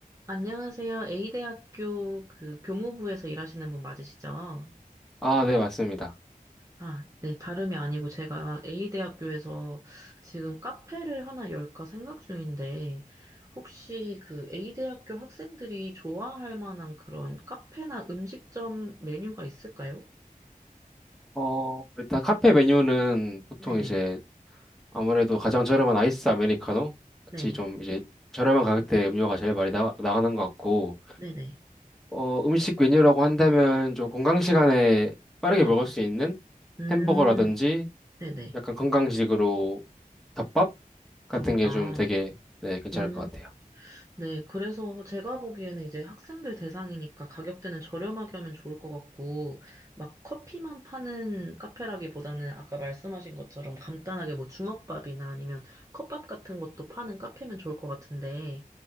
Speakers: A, on the right; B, in the centre.
A: 안녕하세요. A대학교 그 교무부에서 일하시는 분 맞으시죠?
B: 아, 네, 맞습니다.
A: 아, 네, 다름이 아니고 제가 A대학교에서 지금 카페를 하나 열까 생각 중인데, 혹시 그 A대학교 학생들이 좋아할 만한 그런 카페나 음식점 메뉴가 있을까요?
B: 어, 일단 카페 메뉴는 보통
A: 네네,
B: 이제 아무래도 가장 저렴한 아이스 아메리카노 같이
A: 네,
B: 좀 이제 저렴한 가격대 음료가 제일 많이 나, 나가는 것 같고,
A: 네네,
B: 어, 음식 메뉴라고 한다면 좀 건강 시간에 빠르게
A: 네네.
B: 먹을 수 있는
A: 음,
B: 햄버거라든지
A: 네네.
B: 약간 건강식으로 덮밥 같은
A: 덮밥.
B: 게 좀 되게 네, 괜찮을
A: 음.
B: 것 같아요.
A: 네, 그래서 제가 보기에는 이제 학생들 대상이니까 가격대는 저렴하게 하면 좋을 것 같고, 막 커피만 파는 카페라기보다는 아까 말씀하신 것처럼 간단하게 뭐 주먹밥이나 아니면 컵밥 같은 것도 파는 카페면 좋을 것 같은데,